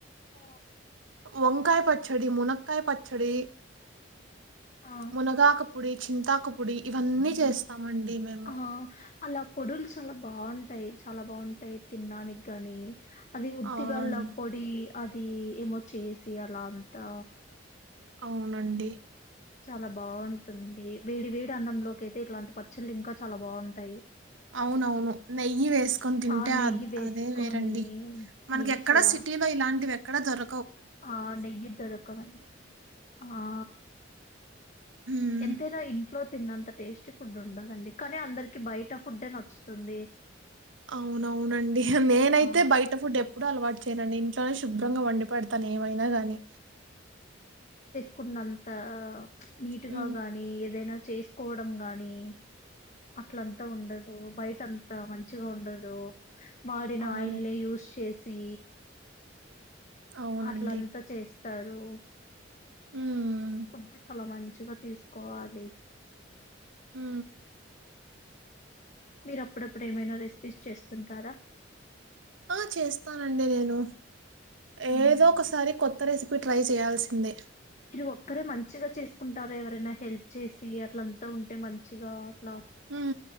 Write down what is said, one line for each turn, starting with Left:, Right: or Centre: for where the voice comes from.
Left: ఆ
Right: వంకాయ పచ్చడి మునక్కాయ పచ్ చ్చడి.
Left: ఆ
Right: మునగాకు పొడి చింతాకు పొడి ఇవన్నీ చేస్తామండి మేము
Left: ఆ అలా పొడులు చాలా బాగుంటాయి చాలా బాగుంటాయి తిండానికి గాని అది ఉద్దది
Right: ఆ
Left: వెెల్ల
Right: అండి
Left: పొడి అది ఏమో చేసి అలా అంతా
Right: అవునండి
Left: చాలా బాగుంటుంది వీడి వేడి అన్నంలోకి అయితే ఇట్లాంటి పచ్చళ్లు ఇంకా చాలా బాగుంటాయి
Right: అవునవును నెయ్యి వేసుకొని తింటే
Left: ఆ నెయ్యి
Right: అ
Left: వేసుకొని
Right: అదే వేరండి మనకి
Left: నెయ్యి
Right: ఎక్కడా
Left: చాలా
Right: సిటీలో ఇలాంటి వ్యక్ ఇక్కడ దర
Left: ఆ నెయ్యితోరుకండి ఆ
Right: హ్మ్.
Left: ఎంతేనా ఇ లో తిన్నంత టేస్టీ ఫుడ్ ఉండదండి కానీ అందరికకి బయట ఫుడ్ నచ్చుతుంది
Right: అవునవునండి నేనైతే
Left: ఆ
Right: బయట ఫుడ్ ఎ ఇప్పుడు అలవాటు చేయండి ఇంట్లోనే శుభ్రంగా వండి పెడతాను ఏమైనా కానీ
Left: కున్నంత నీట్
Right: హ్మ్.
Left: గా గాని ఏదైనా చేసుకోవడం గాని అట్లంతా ఉండదు బయట అంతా మంచిగా ఉండదు వాడిన
Right: అవును.
Left: ఆయిల్ న యూస్ చేసి సి
Right: అవునండి.
Left: అట్లంతా చేస్త తరు
Right: హ్మ్.
Left: ఫుడ్ చల మన్ మంచిగా తీసుకోవాలి
Right: హ
Left: మీరు అప్పుడప్పుడు ఏమైనా రెసిపీస్ చేస్తుంటారా
Right: ఆ చేస్తానండి నేను
Left: మ్మ్.
Right: ఏదో ఒకసారి కొత్త రేసిపి ట్రై చేయాల్సిందే
Left: మీరు ఒక్కరే మంచిగా చేసుకుంటారా ఎవరైనా హెల్ప్ చేసి అట్ల అంత ఉంటే మంచిగా అట్లా
Right: ఉ